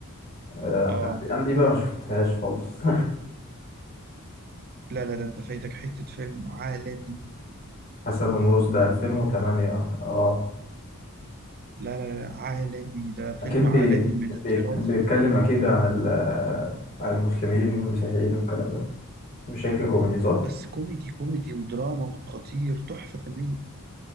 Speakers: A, on the left; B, on the right.
A: آه،
B: اه
A: انا دي أنا دي بقى ما شفتهاش خالص
B: لا لا ده انت فايتك حته فيلم عالمي
A: <laughs> حسن ومرقص ده 2008 اه
B: لا لا لا، عالمي ده فيلم
A: اكيد
B: عالمي
A: بي...
B: من الطراز
A: بيت... بيتكلم اكيد عن ال... آه، عن المسلمين والمسيحيين والكلام ده بشكل كوميدي صح
B: بس كوميدي كوميدي ودراما وخطير تحفه فنيه